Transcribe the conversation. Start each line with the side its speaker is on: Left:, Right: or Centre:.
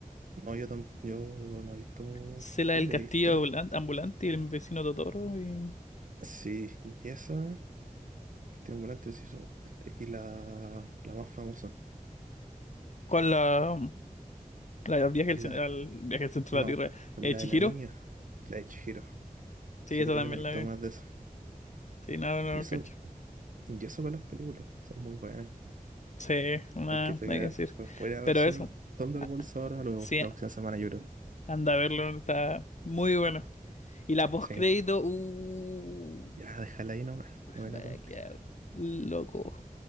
Right: No, yo, tam- yo no he visto...
Left: Sé la
Right: ¿Cuál
Left: del castillo
Right: he visto?
Left: ambulan- ambulante y el vecino Totoro. Y...
Right: Sí, y esa, que tiene un gran inciso, y la, la más famosa.
Left: ¿Cuál la, la del viaje al,
Right: La,
Left: cen- al viaje al centro
Right: no,
Left: de la
Right: po,
Left: Tierra?
Right: la
Left: Eh, ¿Chihiro?
Right: de la niña, la de Chihiro.
Left: Sí,
Right: Sí,
Left: esa
Right: creo
Left: también
Right: que no hay
Left: la
Right: tomas
Left: vi.
Right: de eso.
Left: Sí, no, no,
Right: Y
Left: no,
Right: eso,
Left: cacho.
Right: y eso con las películas, son muy buenas.
Left: Sí, nada,
Right: Hay que tener,
Left: nada que decir.
Right: voy a ir a ver
Left: Pero
Right: Thunder-
Left: eso,
Right: Thunderbolts
Left: ah,
Right: ahora, luego,
Left: sí,
Right: la próxima semana, yo creo.
Left: anda a verlo, está muy bueno. Y la postcrédito,
Right: Sí,
Left: uh,
Right: ya, déjala ahí nomás,
Left: <laughs>
Right: no me
Left: vaya,
Right: la conté.
Left: quedar loco.